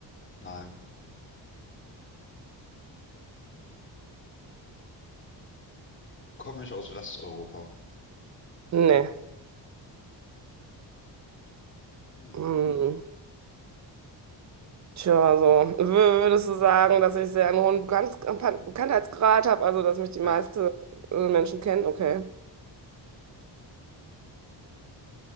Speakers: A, on the left (about 25°); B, on the right (about 40°).
A: nein. Komme ich aus Westeuropa?
B: Nee.
A: Hm.
B: Mm, Tja, also wür- würdest du sagen, dass ich sehr einen hohen Bekannt Bekannt- Bekanntheitsgrad habe, also dass mich die meisten
A: Ja.
B: Menschen kennen? Okay.